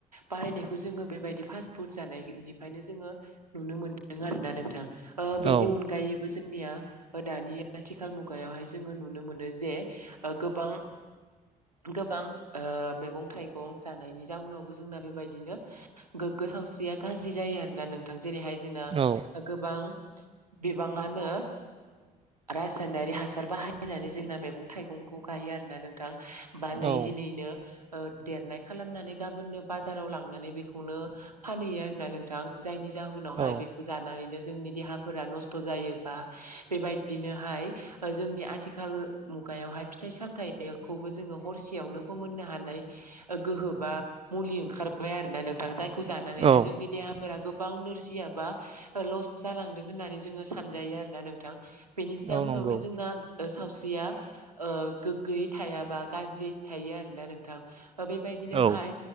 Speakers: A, on the right (about 90°); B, on the right (about 30°).
A: बारायनायखौ जों बेबायदि फास फुत जानायनिफ्राय जोङो नुनो मोनदों आरोना नोंथां बेनि
B: औ
A: अनगायैबो जोंनिया दानि आथिखाल मुगायावहाय जोङो नुनो मोनो जे गोबां गोबां मैगं थाइगं जानायनि जाउनावबो जोंना बेबायदिनो गोगो सावस्रिया गाज्रि जायो आरो ना नोंथां जेरैहाय जोंना
B: औ
A: गोबां बिबाङानो रासायनारि हासार बाहायनानै जोंना मैगं थाइगंखौ गायो आरो ना नोंथां। बा नै
B: औ
A: दिनैनो देरनाय खालामनानै गाबोननो बाजाराव लांनानै बेखौनो फानहैयो आरो ना नोंथां जायनि जाहोनावहाय
B: औ
A: बेखौ जानानैनो जोंनि देहाफोरा नस्थ' जायोबा बेबाय बिदिनोहाय जोंनि आथिखाल मुगायावहाय फिथाइ सामथायाइखौबो जोङो हरसेयावनो फोमोननो हानाय गोहो बा मुलि ओंखारबाय आरोना नोंथ जाय खौ जानानैनो
B: औ
A: जोंनि देहा फोरा गोबां नोरजियाबा लस जालांदों होननानै जोङो सानजायो आरोना नोंथां बेनि जा
B: औ
A: उनावनो
B: नंगौ
A: जोंना सावस्रिया गोग्गोयै थायाबा गाज्रि थायो आरोना नोंथां बेबायदिनोहाय
B: औ